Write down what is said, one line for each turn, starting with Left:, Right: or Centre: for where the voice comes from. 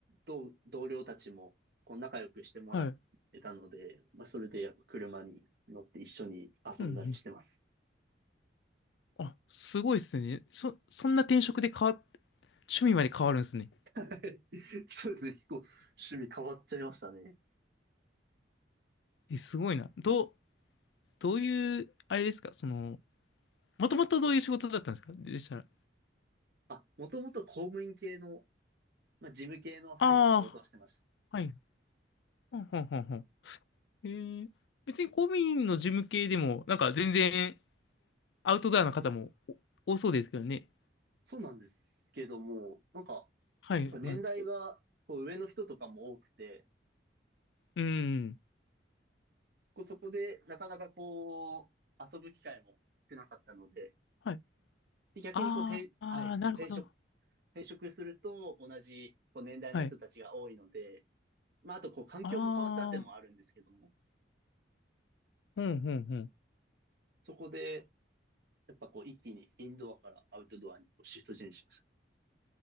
Right: 同、同僚たちも、こう、仲良くしてもらってたので、
Left: はい。
Right: まあ、それでやっぱ車に乗って一緒に遊んだりしてます。
Left: うんうんあ、すごいっすね。そ、そんな転職で変わっ、趣味まで変わるんですね。
Right: <laughs> そうですね。結構趣味変わっちゃいましたね。
Left: え、すごいな。どう、どういう、あれですかその、もともとどういう仕事だったんですかでしたら。
Right: あ、もともと公務員系のまあ、事務系の、はい、
Left: あ
Right: 仕事をしてました。
Left: あ、はい。ほんほんほんほん。えー、別に公務員の事務系でも、なんか全然アウトドアな方もお多そうですけどね。
Right: そうなんですけども、なんか、やっぱ年代が、
Left: はい、はい。
Right: こう、上の人とかも多くて、
Left: うん。
Right: こう、そこで、なかなかこう、遊ぶ機会も少なかったので、
Left: はい。
Right: で逆にこう、
Left: あーあー、
Right: 転はい、
Left: なるほど。
Right: 転職、転職すると、同じ、こう、年代の人たちが多いので、
Left: はい。
Right: まあ、あと、こう、環境も変わったっていうのもあるんですけども、
Left: ああ、ほんほんほん。
Right: そこで、やっぱこう、一気にインドアからアウトドアにこうシフトチェンジしまし